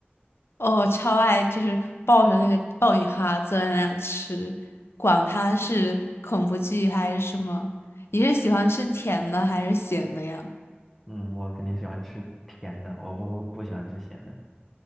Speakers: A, on the left; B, in the centre.
A: 哦，超爱，就是抱着那个爆米花坐在那吃，管它是恐怖剧还是什么。你是喜欢吃甜的还是咸的呀？
B: 嗯，我肯定喜欢吃甜的，我不不喜欢吃咸的。